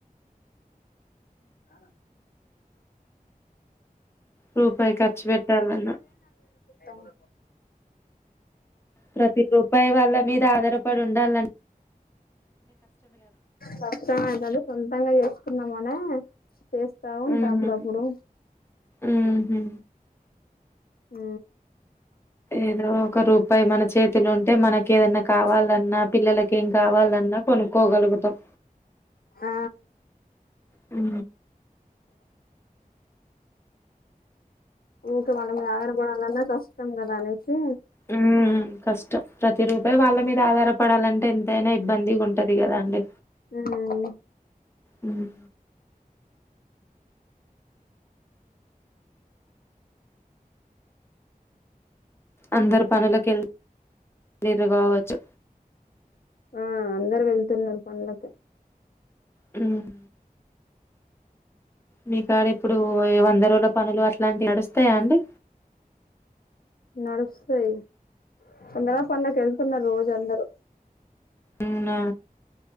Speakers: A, on the left (about 75°); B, on the left (about 15°).
A: ఆ
B: రూపాయి ఖర్చు పెట్టాలన్నా
A: తం
B: ప్రతి రూపాయా వాళ్ళ మీద ఆధారపడి ఉండాలన్
A: కష్టమా అద <unintelligible> సొంతంగా చేస్ కున్నమనే చేస్తా ఉంటా
B: ఉహు
A: అప్పుడప్పుడు
B: ఉహు
A: ఆ
B: ఏదో ఒక రూపాయి మన చేతిలు ఉంటే మనకి ఏదన్నా కావాలన్నా పిల్లలకి ఏం కావాలన్నా కొను క్కోగలుగుతాం
A: ఆ
B: ఉ
A: ఊకే వాళ్ళ ఆదర పడాలన్నా కష్టం కదా అనేసి
B: ఉమ్ కష్టం ప్రతి రూపాయి వాళ్ళ మీద ఆధారపడాలంటే ఎ ఎదైనా ఇబ్బంది ఉంటది. కదా అండి
A: ఉమ్.
B: హ్మ్ అందరు పనులకి వెళ్ళతాలేరు కావచ్చు.
A: ఆ అందరు వెళ్తున్నారు పనులకి
B: హ్మ్ మీకా అడ ఇప్పుడు వందరోల పనులు అట్లాంటివి నడుస్తాయా అండి.
A: నడుస్తాయ్ వందరోలా పనులకి కేళ్తూన్నారు రోజు ఇగా అందరూ
B: అవునా